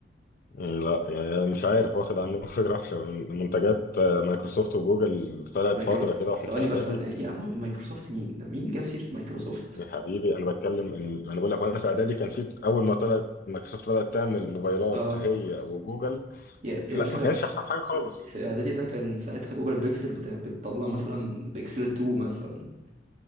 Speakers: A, on the left; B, on the right.
A: لا يعني مش عارف واخد عنه <laughs> فكره وحشه من منتجات آه، مايكروسوفت وجوجل طلعت
B: مايكرو
A: فتره كده واحنا
B: ثواني
A: في اعدادي
B: بس انا يا عم مايكروسوفت مين ده مين جاب سيره مايكروسوفت
A: يا حبيبي انا بتكلم إن انا بقول لك وانا في اعدادي كان في اول ما طلعت مايكروسوفت بدات تعمل موبايلات
B: اه
A: هي وجوجل
B: يا يا
A: لا
B: باشا
A: ما كانش احسن حاجه خالص
B: في اعدادي ده كان ساعتها جوجل بيكسل بت... بتطلع مثلا بيكسل 2 مثلا